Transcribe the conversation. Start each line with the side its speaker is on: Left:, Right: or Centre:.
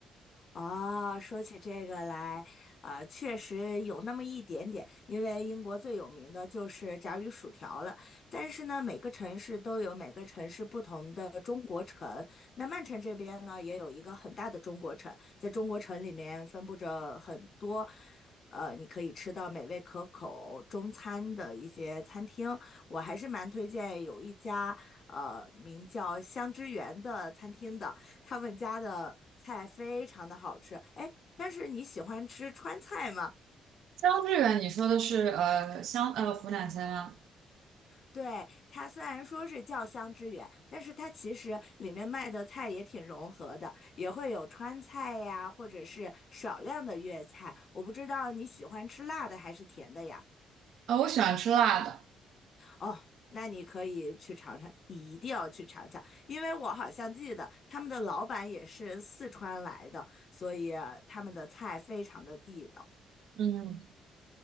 Left: 哦，说起这个来，呃，确实有那么一点点，因为英国最有名的就是炸鱼薯条了。但是呢，每个城市都有每个城市不同的中国城。那曼城这边呢，也有一个很大的中国城，在中国城里面分布着很多，呃，你可以吃到美味可口中餐的一些餐厅。我还是蛮推荐有一家，呃，名叫香之源的餐厅的。他们家的菜非常的好吃。哎，但是你喜欢吃川菜吗？
Right: 江志远，你说的是呃湘呃湖南菜吗？
Left: 对，它虽然说是叫香之源，但是它其实里面卖的菜也挺融合的，也会有川菜呀，或者是少量的粤菜。我不知道你喜欢吃辣的还是甜的呀？
Right: 呃，我喜欢吃辣的。
Left: 哦，那你可以去尝尝，你一定要去尝尝，因为我好像记得他们的老板也是四川来的，所以呃他们的菜非常的地道。
Right: 嗯，